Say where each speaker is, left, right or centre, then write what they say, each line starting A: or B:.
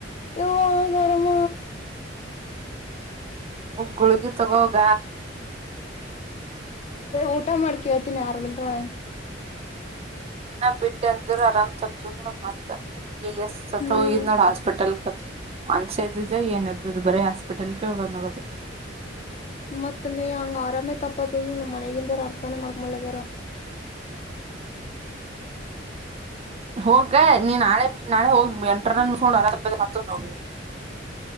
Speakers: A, on the left; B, on the right.
A: ಯವಾ ಗರಮ
B: ಗುಳಗಿ ತಗೋಗ
A: ಊಟ ಮಾಡ್ಕೇವತೀಿನಿ ಯಾರ ಬಿಲ್ರ ಅವೇನ್
B: ಇನ್ನೇನ ಬಿಟ್ಟ ಅಂದ್ರು ಆರಾಮ್ ತಪ್ಪತ ಮ ಎ ಎಸ್ ಸತ್ತ
A: ಹ್ಮ್
B: ಹೋಗಿದ್ ನೋಡ್ ಹಾಸ್ಪಿಟಲ್ ಮನ್ಷ್ದಜ ಏನ್ದದು ಬರ ಹಾಸ್ಪಿಟಲ್ ಹಗ ನದು
A: ಮತ್ತ ಹಂಗ್ ಆರಾಮ ತಪ್ಪತ್ ನಮ್ಮ ಮನೆಗಿಂದ ಅರ್ಥ ತಾನ ಮಾಡಕ ಮಲ್ಲಗರ
B: ಹೋಗ್ ನೀ ನಾಳೆ ನಾಳೆ ಹೋಗ್ ಎಂಟರ ನೋ ಅರಪ್ಪ ಹತ್ತ ಹೋಗ್ಿ